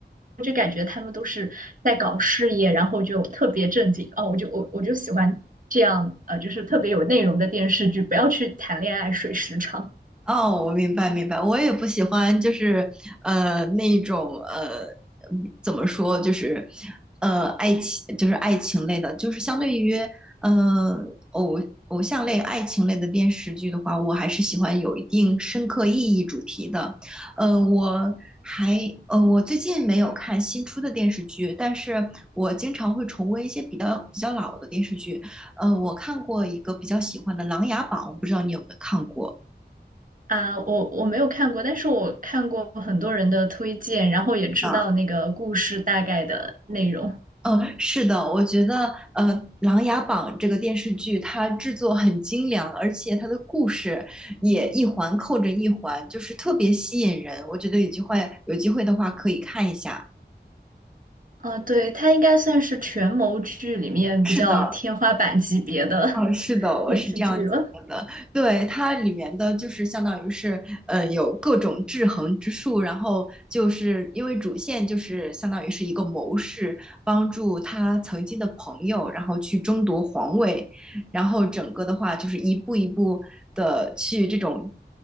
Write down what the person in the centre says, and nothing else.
哦，我明白明白，我也不喜欢，就是呃那一种呃嗯怎么说，就是呃爱情，就是爱情类的，就是相对于呃偶偶像类、爱情类的电视剧的话，我还是喜欢有一定深刻意义主题的。呃，我还呃我最近没有看新出的电视剧，但是我经常会重温一些比较比较老的电视剧。呃，我看过一个比较喜欢的《琅琊榜》，我不知道你有没有看过。
啊？嗯，是的，我觉得呃，《琅琊榜》这个电视剧它制作很精良，而且它的故事也一环扣着一环，就是特别吸引人。我觉得有机会有机会的话可以看一下。
是的，哦，是的，
我是这样觉得的。
对，它里面的就是相当于是，呃，有各种制衡之术，然后就是因为主线就是相当于是一个谋士，帮助他曾经的朋友，然后去争夺皇位，然后整个的话就是一步一步的去这种